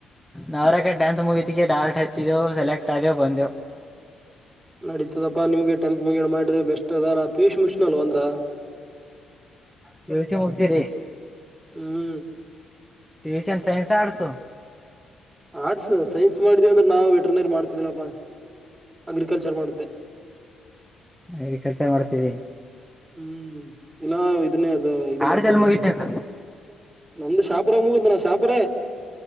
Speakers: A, in the centre; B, on the right.
A: ನಾವರಕ ಟೆಂತ್ ಮುಗಿತಿಕಿ ಡೈರೆಕ್ಟ್ ಹಚ್ಚಿದೆವು ಸೆಲೆಕ್ಟ್ ಆದೇವು ಬಂದೆವು
B: <inaudible> ನಡೀತದಪ್ಪಾ ನಿಮ್ಗೆ ಟೆಂತ್ ಮುಗ್ಯಣ್ಣ ಮಾಡ್ರಿ ಬೆಸ್ಟ್ ಅದ ನಾ ಪಿಯುಸಿ ಮುಗಿಸಿನಲೋ ಅಂದ್ರ
A: ಪಿಯುಸಿ ಮುಗಿಸಿರಿ
B: ಹ್ಮ್
A: tuition science arts
B: arts science ಮಾಡಿದೀವಿ ಅಂದ್ರ ನಾವ್ ವೆಟ್ರನರಿ ಮಾಡ್ತಿದಿಲ್ಲಪ್ಪಾ ಅಗ್ರಿಕಲ್ಚರ್ ಮಾಡುತ್ತೆ
A: ಅಗ್ರಿಕಲ್ಚರ್ ಮಾಡ್ತೀರಿ
B: ಹ್ಮ್ ಇಲ್ಲ ಇದನ್ನೇ ಅದು ಇದು
A: ಆಡ್ಸಲ್
B: ಮಾಡ್ತಿದ್ದೆ
A: ಮುಗಿತೇನ್
B: ನಮ್ದು ಶಾಪುರ ಮೂಗಿದ್ ನ ಶಾಪುರೆ